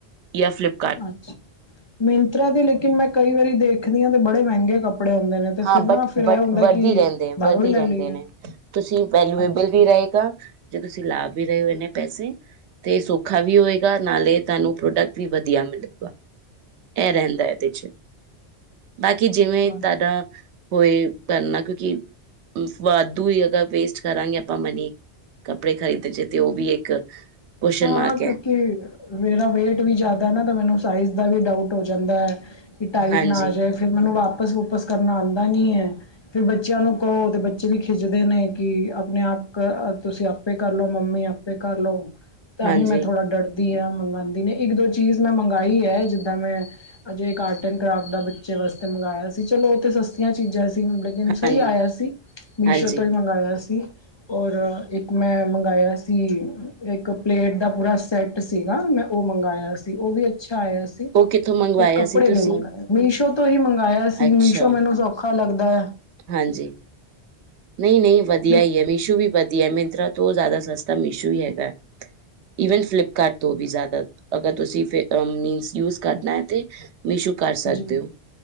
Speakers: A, on the right (about 80°); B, on the left (about 30°).
A: ਜਾਂ ਫਲਿਪ
B: ਅੱਛਾ! ਮਿੰਤਰਾ ਦੀ ਲੇਕਿਨ ਮੈਂ ਕਈ ਵਾਰੀ ਦੇਖਦੀ ਹਾਂ! ਤੇ ਬੜੇ ਮਹਿੰਗੇ? ਕੱਪੜੇ ਹੁੰਦੇ ਨੇ ਤੇ
A: ਹਾਂ
B: ਫਿਰ
A: ਬੱਟ-ਬੱਟ
B: ਨਾ ਫਿਰ ਇਹ ਹੁੰਦਾ
A: ਵਧ
B: ਕਿ
A: ਹੀ ਰਹਿੰਦੇ,
B: ਬਾਹਰੋਂ
A: ਵਧ ਹੀ
B: ਲੈ
A: ਰਹਿੰਦੇ
B: ਲਈਏ
A: ਨੇ, ਤੁਸੀਂ ਵੈਲੂਏਬਲ
B: ਅੱਛਾ
A: ਵੀ
B: ਜੀ
A: ਰਹੇ! ਤਾਂ। ਜੇ ਤੁਸੀਂ ਲਾ ਵੀ ਰਹੇ ਹੋ ਇਨ ਨੇ ਪੈਸੇ? ਤੇ ਸੌਖਾ ਵੀ ਹੋਏਗਾ, ਨਾਲੇ ਤੁਹਾਨੂੰ ਪ੍ਰੋਡੇਕਟ ਵੀ ਵਧੀਆ ਮਿਲੇਗਾ। ਇਹ ਰਹਿੰਦਾ ਇਹਦੇ ਚ! ਤਾਕੀ ਜਿਵੇਂ
B: ਹਾਂ
A: ਤੁਹਾਡਾ ਹੋਏ ਕਰਨਾ ਕਿਉਂਕਿ? ਫਾਲਤੂ ਹੀ ਜ਼ਿਆਦਾ, ਵੇਸਟ ਕਰਾਂਗੇ ਆਪਾਂ ਮਨੀ। ਕੱਪੜੇ ਖਰੀਦਣ ਚ! ਤੇ ਉਹ ਵੀ ਇੱਕ। ਕੁਸ਼ਚਨ
B: ਹਾਂ
A: ਮਾਰਕ
B: ਕਿਉਂਕਿ?
A: ਹੈ
B: ਮੇਰਾ ਵੇਟ ਵੀ ਜ਼ਿਆਦਾ ਨਾ, ਤਾਂ ਮੈਨੂੰ ਸਾਈਜ਼ ਦਾ ਵੀ ਡਾਊਟ ਹੋ ਜਾਂਦਾ ਹੈ, ਕਿ ਟਾਈਟ
A: ਹਾਂਜੀ
B: ਨਾ ਆ ਜਾਵੇ? ਫਿਰ ਮੈਨੂੰ ਵਾਪਿਸ ਵੁਪਿਸ ਕਰਨਾ ਆਉਂਦਾ ਨਹੀਂ ਹੈ? ਫਿਰ ਬੱਚਿਆਂ ਨੂੰ ਕਹੋ, ਤੇ ਬੱਚੇ ਵੀ ਖਿੱਚਦੇ ਨੇ, ਕਿ ਆਪਣੇ ਆਪ ਕ ਤੁਸੀਂ ਆਪੇ ਕਰ ਲਓ ਮੰਮੀ? ਆਪ ਕਰ ਲਓ ਤਾਂ
A: ਹਾਂਜੀ
B: ਹੀ ਮੈਂ ਥੋੜਾ ਡਰ? ਦੀਆ ਮੰਗਾਦੀ ਨਹੀਂ, ਇੱਕ ਦੋ ਚੀਜ਼, ਮੈਂ ਮੰਗਾਈ ਹੈ, ਜਿੱਦਾਂ ਮੈਂ! ਅਜੇ ਇੱਕ ਆਰਟ ਐਂਡ ਕਰਾਫਟ ਦਾ ਬੱਚੇ ਵਾਸਤੇ ਮੰਗਇਆ ਸੀ। ਚਲੋ ਔਤੇ ਸਸਤੀਆਂ ਚੀਜ਼ਾਂ ਸੀ? ਲੇਕਿਨ ਸਹੀ
A: ਹਾਂਜੀ
B: ਆਇਆ ਸੀ ਮੀਸ਼ੋ
A: ਹਾਂਜੀ
B: ਤੋਂ ਹੀ ਮੰਗਵਾਇਆ ਸੀ? ਔਰ, ਇੱਕ ਮੈਂ ਮੰਗਵਾਇਆ ਸੀ! ਇੱਕ ਪਲੇਟ ਦਾ ਪੂਰਾ? ਸੈੱਟ ਸੀਗਾ! ਮੈਂ ਉਹ ਮੰਗਵਾਇਆ ਸੀ! ਉਹ ਵੀ ਅੱਛਾ ਆਇਆ ਸੀ?
A: ਉਹ ਕਿੱਥੋਂ ਮੰਗਵਾਇਆ
B: ਬਟ ਕੱਪੜੇ
A: ਸੀ ਤੁਸੀਂ
B: ਨਹੀਂ ਮੰਗਾਏ? ਮੀਸ਼ੋ ਤੋਂ ਹੀ ਮੰਗਵਾਆ ਸੀ
A: ਅੱਛਾ
B: ਮੀਸ਼ੋ ਮੈਨੂੰ ਸੌਖਾ ਲੱਗਦਾ ਹੈ।
A: ਹਾਂਜੀ ਨਹੀਂ-ਨਹੀਂ ਵਧੀਆ
B: ਫਲਿਪ
A: ਹੀ ਹੈ। ਮੀਸ਼ੂ ਵੀ ਵਧੀਆ ਮਿੰਤਰਾ? ਤੋਂ ਜ਼ਿਆਦਾ ਸਸਤਾ ਮੀਸ਼ੋ ਹੀ ਹੈਗਾ। ਈਵਨ ਫਲਿੱਪਕਾਰਟ ਤੋਂ ਵੀ ਜ਼ਿਆਦਾ? ਅਗਰ ਤੁਸੀਂ ਫਿਰ ਮੀਨਸ ਯੂਜ ਕਰਨਾ ਹੈ ਤੇ ਮੀਸ਼ੂ? ਕਰ ਸਕਦੇ
B: ਜੀ
A: ਹੋ?